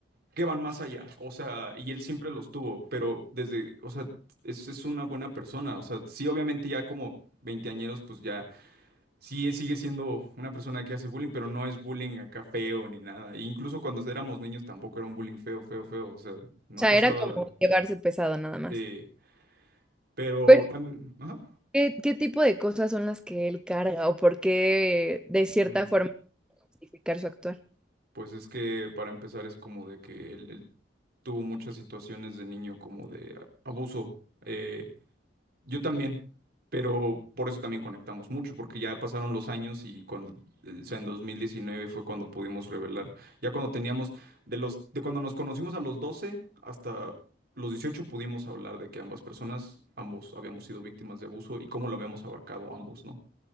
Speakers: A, on the right (about 55°); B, in the centre.
A: que van más allá, o sea, y él siempre los tuvo, pero desde, o sea, es, es una buena persona, o sea, sí, obviamente ya como veinteañeros, pues ya, sí, sigue siendo una persona que hace bullying, pero no es bullying acá feo ni nada, e incluso cuando éramos niños tampoco era un bullying feo, feo, feo, o sea, no
B: sea,
A: pasaba
B: era como llevarse pesado nada más.
A: de, sí, pero
B: Pero
A: tan, ajá,
B: ¿Qué, qué tipo de cosas son las que él carga o por qué de cierta
A: ujú.
B: forma justificar su actuar?
A: Pues es que para empezar es como de que él, él tuvo muchas situaciones de niño como de a- abuso, Eh, Yo también, pero por eso también conectamos mucho, porque ya pasaron los años y cuando, eh, o sea, en 2019 fue cuando pudimos revelar, ya cuando teníamos, de los, de cuando nos conocimos a los 12 hasta los 18 pudimos hablar de que ambas personas, ambos habíamos sido víctimas de abuso y cómo lo habíamos abarcado ambos, ¿no?